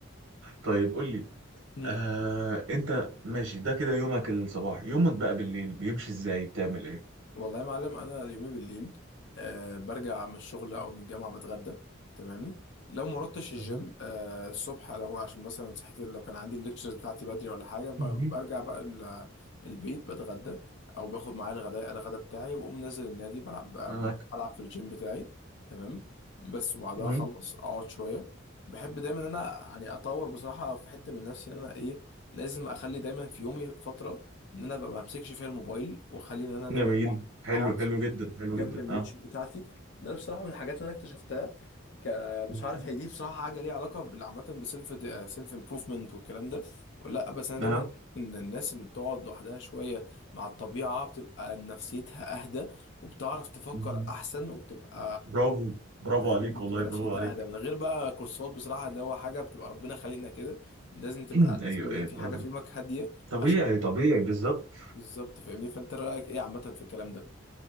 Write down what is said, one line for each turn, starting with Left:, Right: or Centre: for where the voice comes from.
Right: طيب قول لي
Left: مم.
Right: آه انت ماشي ده كده يومك الصباح يومك بقى بالليل بيمشي ازاي بتعمل ايه
Left: والله يا معلم انا اليومين بالليل أه برجع من الشغل او من الجامعه بتغدى تمام لو ما رحتش الجيم
Right: فاهم
Left: أه الصبح لو عشان مثلا صحيت لو كان عندي الليكتشرز بتاعتي بدري ولا حاجه ب-
Right: مهم.
Left: برجع بقى ال- البيت بتغدى او باخد معايا الغداء الغدا بتاعي واقوم نازل النادي بلعب
Right: معاك.
Left: بلعب في الجيم بتاعي تمام بس وبعدها
Right: مهم.
Left: اخلص اقعد شويه بحب دايما ان انا يعني اطور بصراحه في حته من نفسي ان انا ايه لازم اخلي دايما في يومي فتره ان انا ببقى ما بمسكش فيها الموبايل واخلي ان انا دايما
Right: جميل حلو
Left: اقعد
Right: حلو
Left: في-
Right: جدا حلو
Left: جنب
Right: جدا
Left: النيتش
Right: اه
Left: بتاعتي ده بصراحه من الحاجات اللي انا اكتشفتها ك...
Right: مهم.
Left: مش عارف هي دي بصراحه حاجه ليها علاقه بالعامه بسيلف سيلف امبروفمنت والكلام ده ولا لا بس انا دايما
Right: اه
Left: بشوف ان الناس اللي بتقعد لوحدها شويه مع الطبيعه بتبقى نفسيتها اهدى وبتعرف تفكر
Right: مهم.
Left: احسن وبتبقى
Right: برافو برافو
Left: فاهم
Right: عليك
Left: بتبقى
Right: والله
Left: نفسيتها
Right: برافو عليك
Left: اهدى من غير بقى كورسات بصراحه اللي هو حاجه بتبقى ربنا خالقنا كده لازم
Right: <clears throat>
Left: تبقى لازم
Right: ايوه
Left: يبقى
Right: ايوه
Left: في
Right: فاهم.
Left: حاجه في يومك هاديه
Right: طبيعي
Left: عشان
Right: طبيعي بالظبط
Left: بالظبط فاهمني فانت رايك ايه عامه في الكلام ده